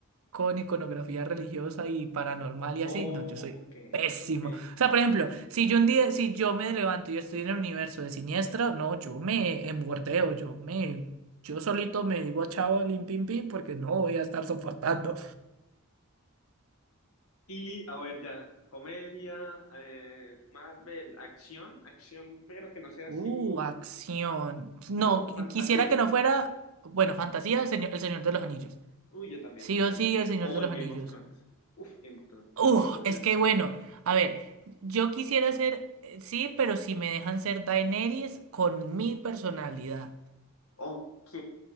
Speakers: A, on the right; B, on the left.
A: con iconografía religiosa y paranormal y
B: Oh,
A: así, no, yo soy
B: ok,
A: pésimo.
B: ok.
A: O sea, por ejemplo, si yo un día, si yo me levanto y yo estoy en el universo de Siniestro, no, yo me engordeo, yo me, yo solito me digo chao, lim pim pim, porque no voy a estar soportando.
B: Y a ver ya, comedia, eh, Marvel, acción, acción, pero que no sea
A: Uh,
B: así.
A: acción. No,
B: No,
A: qu-
B: fantasía.
A: quisiera que no fuera, bueno, fantasía, señor- el Señor de los Anillos.
B: Uy, yo también,
A: Sí
B: totalmente.
A: o sí, el Señor
B: O
A: de
B: el
A: los
B: Game
A: Anillos.
B: of Thrones. Uf, Game of Thrones
A: Uf,
B: también podría
A: es
B: ser.
A: que bueno, a ver, yo quisiera ser, eh, sí, pero si me dejan ser Daenerys con mi personalidad.
B: Ok,